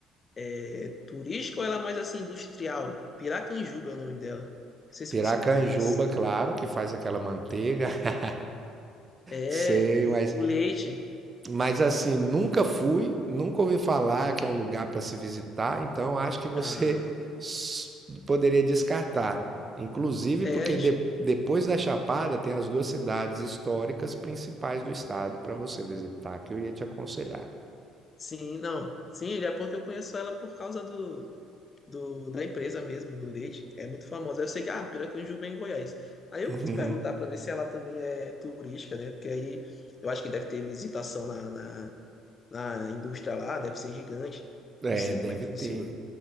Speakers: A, on the left (about 35°); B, on the right (about 35°).
A: é turística ou ela é mais assim industrial? Piracanjuba é o nome dela. Não sei se
B: Piracanjuba,
A: você conhece.
B: claro, que faz aquela manteiga, <laughs>
A: É,
B: sei,
A: o,
B: mas,
A: o leite.
B: mas assim, nunca fui, nunca ouvi falar que é um lugar para se visitar, então acho que você
A: Ah,
B: s- poderia descartar. Inclusive
A: é,
B: porque
A: a gente,
B: de- depois da Chapada tem as duas cidades históricas principais do estado para você visitar, que eu ia te aconselhar.
A: sim, não. Sim, é porque eu conheço ela por causa do, do, da empresa mesmo, do leite. É muito famosa. Eu sei que, ah, Piracanjuba é em Goiás. Aí eu
B: Uhum.
A: quis perguntar para ver se ela também é turística, né? Porque aí eu acho que deve ter visitação na, na, na indústria lá, deve ser gigante.
B: É,
A: Não sei
B: deve
A: como é que funciona.
B: ter.